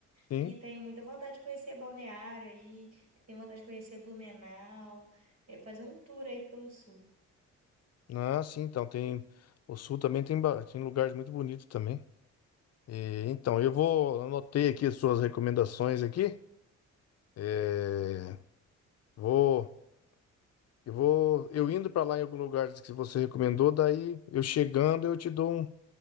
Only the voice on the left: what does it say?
sim.
Ah, sim, então tem. O sul também tem, ba- tem lugares muito bonitos também. E, então, eu vou. Anotei aqui as suas recomendações aqui. É, vou. Eu vou, eu indo para lá em algum lugar que você recomendou, daí eu chegando eu te dou um,